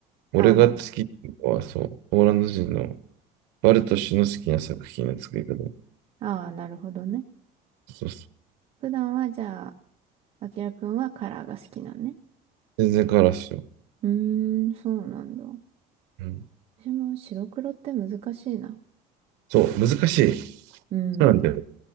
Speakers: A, on the right (about 80°); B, on the right (about 35°).
A: 俺が好きっていうのは、
B: ああ、もう、
A: そう、ポーランド人のバルト氏の好きな作品の作り方。
B: ああ、なるほどね。
A: そうそう。
B: 普段は、じゃあ、あきらくんはカラーが好きなんね。
A: 全然変わらすよ。
B: うーん、そうなんだ。
A: うん。
B: 私も白黒って難しいな。
A: そう、難しい。
B: うーん、
A: そうなんだよ。